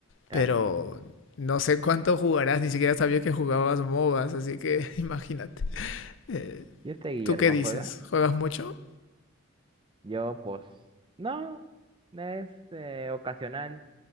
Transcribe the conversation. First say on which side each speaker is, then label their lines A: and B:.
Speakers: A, on the right; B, on the left.
A: claro.
B: Pero no sé cuánto jugarás, ni siquiera sabía que jugabas MOBAs, así que <laughs> imagínate. Eh,
A: Y este Guillermo
B: ¿Tú qué dices?
A: juega,
B: ¿Juegas mucho?
A: yo pues no, es eh, ocasional,